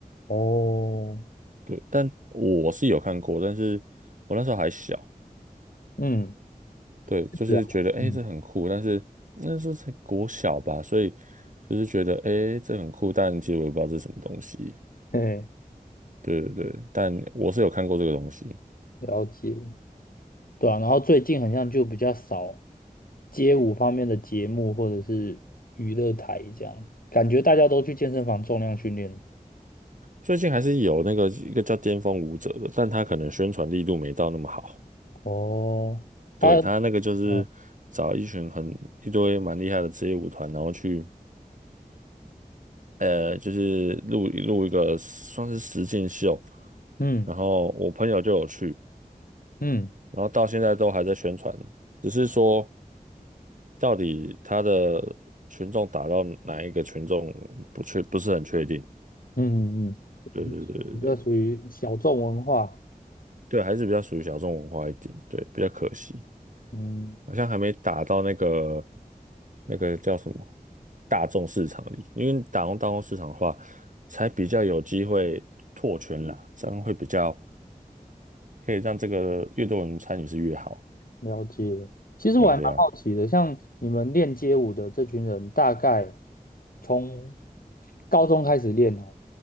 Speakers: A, on the left (about 70°); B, on the right (about 60°).
A: 的哦，
B: 对，但我是有看过，但是我那时候还小，
A: 嗯，
B: 对，就是觉得哎、
A: 是啊，嗯，
B: 诶这很酷，但是那时候才国小吧，所以就是觉得哎、诶这很酷，但其实我也不知道这是什么东西。
A: 嘿，
B: 对对对，但我是有看过这个东西。
A: 了解。对啊，然后最近好像就比较少街舞方面的节目或者是娱乐台这样，感觉大家都去健身房重量训练。
B: 最近还是有那个一个叫《巅峰舞者》的，但他可能宣传力度没到那么好。
A: 哦，
B: 对，
A: 他，
B: 他那个就是找一群很一堆蛮厉害的职业舞团，
A: 嗯
B: 然后去呃，就是录录一个算是实境秀，
A: 嗯
B: 然后我朋友就有去，
A: 嗯
B: 然后到现在都还在宣传，只是说到底他的群众打到哪一个群众不确不是很确定。
A: 嗯嗯，嗯，
B: 对对对对对
A: 一个属于小众文化。
B: 对，还是比较属于小众文化一点，对，比较可惜。
A: 嗯。
B: 好像还没打到那个那个叫什么大众市场里，因为打到大众市场的话，才比较有机会拓圈啦，这样会比较可以让这个越多人参与是越好。
A: 了解。其实我还蛮好奇的，
B: 对啊，对啊，
A: 像你们练街舞的这群人，大概从高中开始练哦，